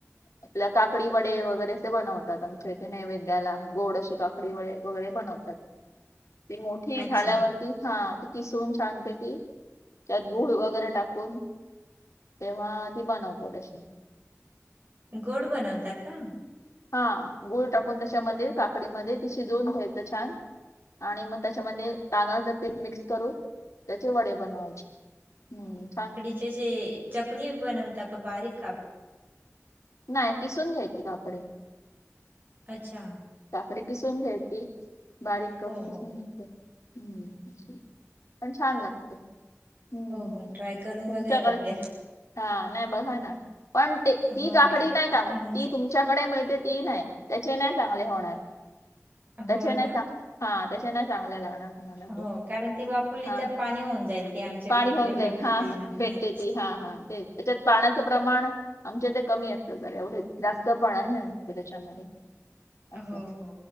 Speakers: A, on the left (about 70°); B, on the right (about 40°).
A: आपल्या काकडी वडे वगैरे असे बनवतात. आमच्या इथे नैवेद्याला गोड अशी काक कडी वडे वगैरे बनवतात. ती मोठी
B: अच्छा
A: झाल्यावर ते, हा किसून छानपैकी त्यात गूळ वगैरे टाकून तेव्हा ती बनवतात अशी
B: गोड बनवता का.
A: हा गूळ टाकून त्याच्यामध्ये, काकडी मधे ती शिजवून घ्यायचं छान. आणि मग त्याच्यामध्ये तांदळाचं पीठ मिक्स करून त्याचे वडे बनवायचे. हम्म, छान.
B: त्याचे चकली बनवता का बारीक.
A: नाई किसून घ्यायची काकडी.
B: अच्छा.
A: काकडी किसून घ्यायची बारीक करून
B: हो
A: किसून
B: हो
A: घ्यायची. पण छान लागते. हं,
B: हो हो ट्राय
A: तुमच्याकडे
B: करून बघाय लागेल
A: हा नाही बघा ना. पण ते ती
B: हो
A: काकडी नाही का.
B: म्हणजे
A: ती तुम तूमच्याकडे मिळते ती नाही. त्याचे नाही चांगले होणार.
B: हो
A: त्याचे नाही
B: ना
A: चांगले हां त्याच्या नाई चांगल्या लागणार तुम्हाला ते.
B: हो कारण ती वापरली
A: हां
B: तर पाणी होऊन जाईल ती आमच्या
A: पाणी
B: इकडे
A: होऊन जाईल.
B: भेटते
A: हा
B: ती
A: हा
B: ना हम्म.
A: भेटते ती. हा हा तेच. त्याच्यात पाण्याचं प्रमाण आमच्या इथं कमी असतं, जरा एवढेच जास्त पाणी नसतं त्याच्यामध्ये. असं
B: हो, हो,